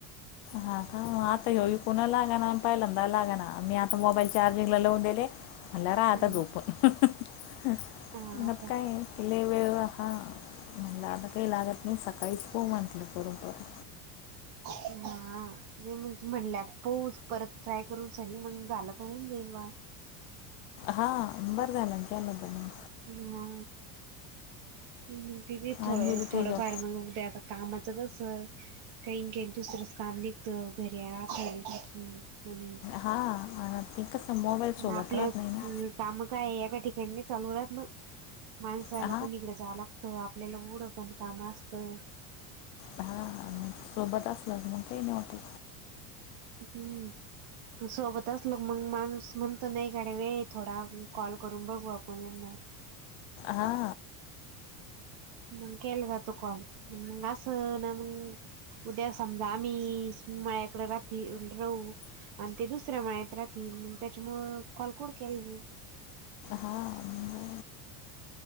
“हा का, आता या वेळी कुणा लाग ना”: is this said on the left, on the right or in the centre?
Left